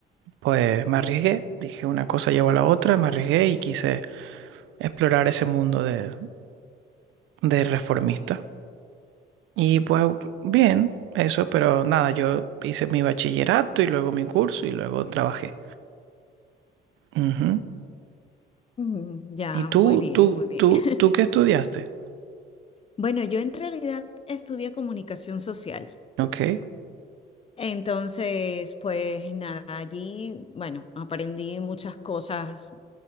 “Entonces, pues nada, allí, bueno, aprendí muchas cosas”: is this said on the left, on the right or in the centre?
Left